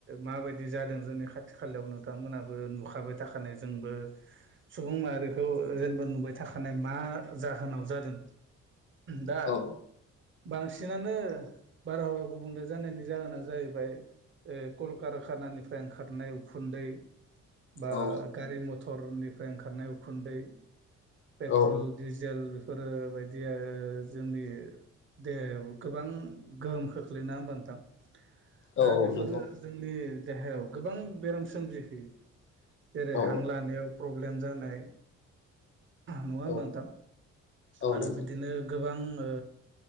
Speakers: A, on the right; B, on the left.
A: माबायदि जादों जोंनि खाथि खा खालायाव नोंथांमोनाबो नुखाबाय थाखानाय जोंबो सुबुं माहारिखौ जेनेबा नुबाय थाखा माने मा जाहोनाव जादों दा।
B: औ
A: बांसिनानो बारहावा गुबुंले जानायनि जाहोना जाहैबाय। ओ कलकारखानानिफ्राय ओंखारनाय उखुन्दै। बा
B: औ
A: गारि मथरनिफ्राय ओंखारनाय उखुन्दै पेट्रल
B: औ
A: डिजेल बेफोरो बायदि दिया जोंनि देहायाव गोबां गोहोम खोख्लैना होनबानोथां
B: औ
A: दा बेफोरो
B: नंगौ
A: जोंनि देहायाव गोबां बेराम सोमजिहयो। जेरै
B: औ
A: हां लानायाव प्रब्लेम जानाय नङा होमबाथा
B: औ औ
A: आरो
B: नंगौ
A: बिदिनो गोबां ओ